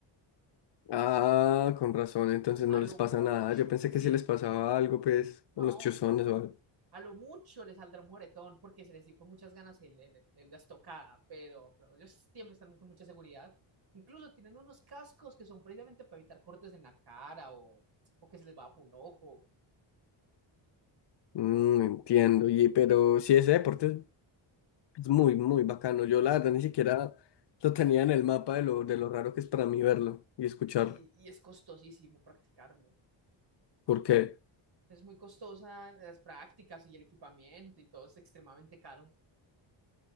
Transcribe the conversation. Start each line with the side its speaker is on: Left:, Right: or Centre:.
Left: Ah, con razón, entonces
Right: A
Left: no
Right: lo
Left: les pasa
Right: mucho,
Left: nada. Yo pensé
Right: así.
Left: que si les pasaba algo, pues,
Right: No,
Left: con los chuzones o algo.
Right: A lo mucho les saldrá un moretón porque se les dio con muchas ganas el- el- el- la estocada, pero, pero ellos siempre están con mucha seguridad. Incluso tienen unos cascos que son previamente para evitar cortes en la cara o, o que se les va por un ojo.
Left: Mm, entiendo, y, pero sí, ese deporte es muy, muy bacano. Yo, la verdad, ni siquiera lo tenía en el mapa de lo, de lo raro que es para mí verlo y escucharlo.
Right: Y, y es costosísimo practicarlo.
Left: Porque
Right: Es muy costosa las prácticas y el equipamiento y todo es extremadamente caro,